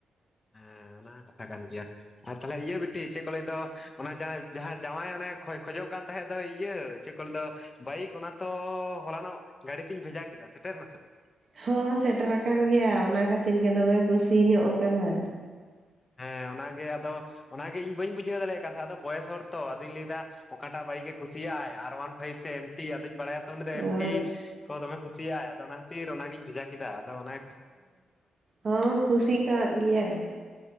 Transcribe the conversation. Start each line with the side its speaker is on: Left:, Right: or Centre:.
Left: ᱦᱮᱸ ᱚᱱᱟ ᱦᱚᱸ ᱠᱟᱛᱷᱟ ᱠᱟᱱ ᱜᱮᱭᱟ ᱟ ᱛᱟᱦᱚᱞᱮ ᱤᱭᱟᱹ ᱵᱤᱴᱤ ᱪᱮᱫ ᱠᱚ ᱞᱟᱹᱭ ᱫᱚ ᱚᱱᱟ ᱡᱟᱦᱟᱸᱭ ᱡᱟᱦᱟ ᱡᱟᱸᱶᱟᱭ ᱚᱱᱮ ᱠᱷᱚᱭ ᱠᱷᱚᱡᱚᱜ ᱠᱟᱱ ᱛᱟᱦᱮᱸᱫ ᱫᱚ ᱤᱭᱟᱹ ᱪᱮᱫ ᱠᱚ ᱞᱟᱹᱫᱚ ᱵᱟᱭᱤᱠ ᱚᱱᱟ ᱛᱚᱻᱻᱦᱚᱞᱟᱱᱚᱜ ᱜᱟᱹᱰᱤ ᱛᱤᱧ ᱵᱷᱮᱡᱟ ᱠᱮᱫᱟ ᱥᱮᱴᱮᱨ ᱱᱟ ᱥᱮ ᱵᱟᱝ
Right: ᱦᱚᱸ ᱥᱮᱴᱮᱨ ᱟᱠᱟᱱ ᱜᱮᱭᱟ ᱚᱱᱟ ᱠᱷᱟᱹᱛᱤᱨ ᱜᱮ ᱫᱚᱢᱮ ᱠᱩᱥᱤ ᱧᱚᱜ ᱠᱟᱱᱟᱭ
Left: ᱦᱮᱸ ᱚᱱᱟᱜᱮ ᱟᱫᱚ ᱚᱱᱟᱜᱮ ᱤᱧ ᱵᱟᱹᱧ ᱵᱩᱡᱷᱟᱹᱣ ᱫᱟᱲᱮᱭᱟᱜ ᱠᱟᱱ ᱛᱟᱦᱮᱸᱫ ᱟᱫᱚ ᱵᱚᱭᱮᱥ ᱦᱚᱲ ᱛᱚ ᱟᱫᱚᱧ ᱞᱟᱹᱭᱫᱟ ᱚᱠᱟᱴᱟᱜ ᱵᱟᱭᱤᱠ ᱮ ᱠᱩᱥᱤᱭᱟᱜᱟᱭ ᱟᱨ ᱚᱣᱟᱱ ᱯᱷᱟᱭᱤ ᱥᱮ ᱮᱢ ᱴᱤ ᱟᱫᱚᱧ ᱵᱟᱲᱟᱭᱟᱛᱚ ᱩᱱᱤ
Right: ᱚ
Left: ᱮᱢᱴᱤ ᱠᱚ ᱫᱚᱢᱮ ᱠᱩᱥᱤᱭᱟᱜᱟᱭ ᱟᱫᱚ ᱚᱱᱟ ᱠᱷᱟᱹᱛᱤᱨ ᱚᱱᱟᱜᱤᱧ ᱵᱷᱮᱡᱟ ᱠᱮᱫᱟ ᱟᱫᱚ ᱚᱱᱟ
Right: ᱚ ᱦᱚᱸ ᱠᱩᱥᱤ ᱠᱟᱜ ᱜᱮᱭᱟᱭ